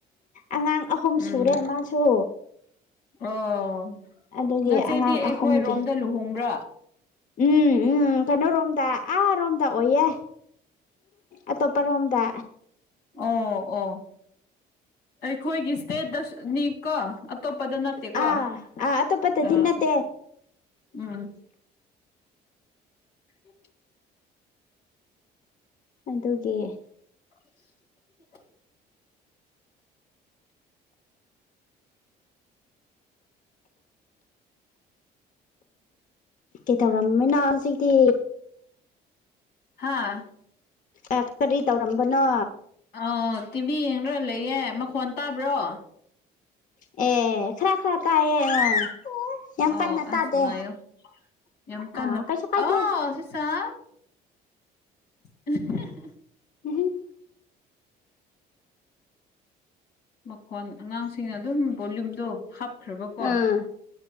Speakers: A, on the left (about 50°); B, on the left (about 90°).
A: ꯑꯉꯥꯡ ꯑꯍꯨꯝ
B: ꯎꯝ
A: ꯁꯨꯔꯦ ꯃꯥꯁꯨ
B: ꯑꯣ
A: ꯑꯗꯨꯒꯤ
B: ꯅꯆꯦꯗꯤ
A: ꯑꯉꯥꯡ
B: ꯑꯩꯈꯣꯏ
A: ꯑꯍꯨꯝꯒꯤ
B: ꯔꯣꯝꯗ ꯂꯨꯍꯣꯡꯕ꯭ꯔꯥ
A: ꯎꯝ ꯎꯝ ꯀꯩꯅꯣ ꯔꯣꯝꯗ ꯑꯥꯔꯣꯝꯗ ꯑꯣꯏꯌꯦ ꯑꯇꯣꯞꯄꯔꯣꯝꯗ
B: ꯑꯣ ꯑꯣ ꯑꯩꯈꯣꯏꯒꯤ ꯁꯇꯦꯠ ꯗꯁ ꯅꯤ ꯀꯣ ꯑꯇꯣꯞꯄꯗ ꯅꯠꯇꯦꯀꯣ
A: ꯑꯥ
B: ꯑꯥ
A: ꯑꯇꯣꯞꯄꯇꯗꯤ ꯅꯠꯇꯦ
B: ꯎꯝ ꯎꯝ
A: ꯑꯗꯨꯒꯤ
B: <inaudible>
A: ꯀꯩꯇꯧꯔꯝꯃꯤꯅꯣ ꯍꯧꯖꯤꯛꯇꯤ
B: ꯍꯥꯥ
A: ꯑꯦ ꯀꯔꯤ ꯇꯧꯔꯝꯕꯅꯣ
B: ꯑ ꯇꯤꯚꯤ ꯌꯦꯡꯔ ꯂꯩꯌꯦ ꯃꯈꯣꯟ ꯇꯥꯕ꯭ꯔꯣ
A: ꯑꯦ ꯈꯔ ꯈꯔ ꯇꯥꯏꯌꯦ ꯌꯥꯝ
B: ꯑꯣ
A: ꯀꯟꯅ
B: ꯑꯁ
A: ꯇꯥꯗꯦ
B: ꯉꯥꯏꯌꯨ ꯌꯥꯝ ꯀꯥꯟꯅ
A: ꯑꯥ ꯀꯩꯁꯨ ꯀꯥꯏꯗꯦ
B: ꯑ ꯁꯤ ꯁꯥꯥ <unintelligible>
A: <unintelligible>
B: ꯃꯈꯣꯟ ꯑꯉꯥꯡꯁꯤꯡꯅ ꯑꯗꯨꯝ ꯚꯣꯂꯨꯝꯗꯣ ꯍꯥꯞ ꯈ꯭ꯔꯕꯀꯣ
A: ꯑꯥ